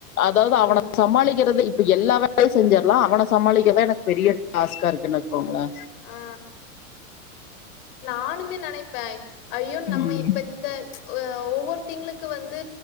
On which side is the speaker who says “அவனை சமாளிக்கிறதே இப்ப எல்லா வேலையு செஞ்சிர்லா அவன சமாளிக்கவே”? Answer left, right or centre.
Left